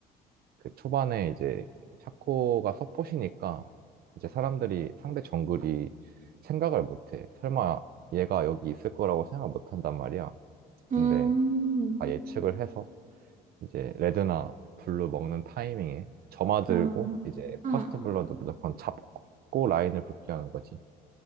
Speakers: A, on the right (about 65°); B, on the right (about 45°).
A: 그 초반에 이제 샤코가 서폿이니까 이제 사람들이 상대 정글이 생각을 못해. 설마 얘가 여기 있을 거라고 생각 못 한단 말이야. 근데
B: 음,
A: 다 예측을 해서 이제 레드나 블루 먹는 타이밍에 점화 들고
B: 음,
A: 이제
B: 음,
A: 퍼스트 블러드 무조건 잡고 라인을 복귀하는 거지.